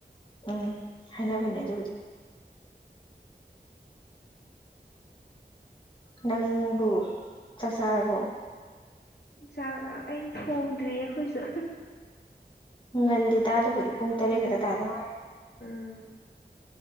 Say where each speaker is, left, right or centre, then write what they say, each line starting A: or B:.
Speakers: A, on the left; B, on the left.
A: ꯎꯝ ꯍꯥꯏꯅꯕꯅꯦ ꯑꯗꯨꯕꯨꯗꯤ ꯅꯪꯕꯨ ꯆꯥꯛꯆꯥꯥꯔꯕꯣ
B: ꯆꯥꯛ ꯑꯩ ꯊꯣꯡꯗ꯭ꯔꯤꯌꯦ ꯑꯩꯈꯣꯏꯁꯨ
A: ꯉꯜꯂꯤꯗꯥ ꯑꯗꯨꯕꯨꯗꯤ ꯄꯨꯡ
B: ꯎꯝ
A: ꯇꯔꯦꯠ ꯈꯛꯇ ꯇꯥꯗꯉꯥꯏꯔꯤ
B: ꯎꯝ